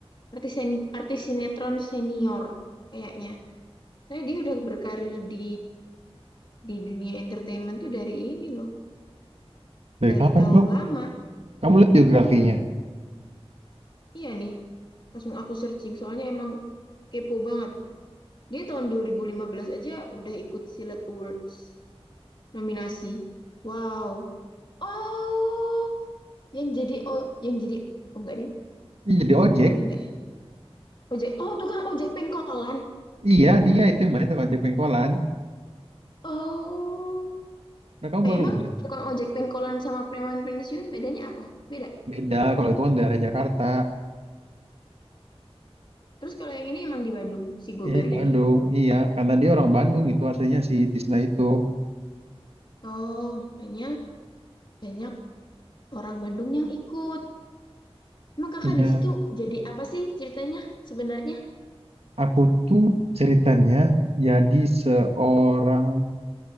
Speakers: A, on the left; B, on the right.
A: Artis sen- artis sinetron senior kayaknya. Saya dia udah berkarir di di dunia entertainment tuh dari ini loh,
B: dari
A: dari
B: kapan
A: tahun
B: kamu,
A: lama.
B: kamu lihat biografinya?
A: Iya nih, langsung aku searching soalnya emang kepo banget. Dia tahun 2015 aja udah ikut Silat Awards. Nominasi. Wow. Oh, yang jadi oh, yang jadi oh, enggak ding,
B: Iya jadi ojek.
A: enggak ding enggak. Ojek. Oh, tukang ojek pengkolan.
B: Iya dia itu yang main tukang ojek pengkolan.
A: Oh.
B: Nah kamu
A: Eh,
B: baru
A: emang
B: nggak?
A: tukang ojek pengkolan sama preman pensiun bedanya apa? Beda.
B: Beda, kalau itu kan daerah Jakarta.
A: Terus kalau yang ini emang di Bandung si Gober
B: Eh, Bandung,
A: ini.
B: iya, karena dia orang Bandung itu aslinya si Tisna itu.
A: Oh, makanya banyak orang Bandung yang ikut. Emang kakak
B: Iya,
A: di situ jadi apa sih ceritanya sebenarnya?
B: aku tuh ceritanya jadi seorang